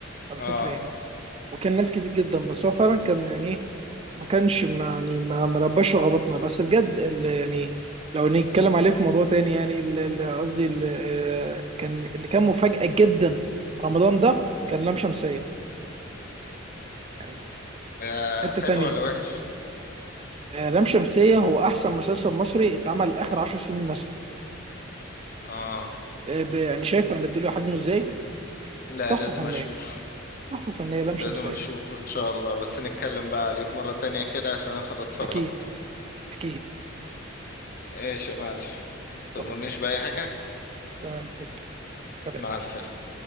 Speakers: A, on the right; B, on the left.
A: على
B: آه
A: فكره يعني وكان ناس كتير جدا بس هو فعلا كان يعني ايه ما كانش ما- يعني ما ما لباش رغبتنا بس بجد اللي يعني لو نتكلم عليه في موضوع تاني يعني ال- ال- قصدي ال- آه، كان اللي كان مفاجأة جدا رمضان ده كان لام شمسية يعني
B: آه،
A: حتة
B: حلو
A: تانية
B: ولا وحش
A: آه، لام شمسية هو أحسن مسلسل مصري اتعمل آخر عشر سنين مثلا
B: آه
A: آه، ب- يعني شايف أنا بديله حجمه إزاي
B: لا
A: تحفة
B: لازم
A: فنية
B: اشوف
A: تحفة فنية لام شمسية
B: لازم اشوف ان شاء الله بس نتكلم بقى عليه في مرة تانية كده عشان انا خلاص فرهضت
A: أكيد أكيد
B: ايش يا معلم
A: خلاص
B: تؤمرنيش بأي حاجة
A: تمام تسلم سلام.
B: مع السلامة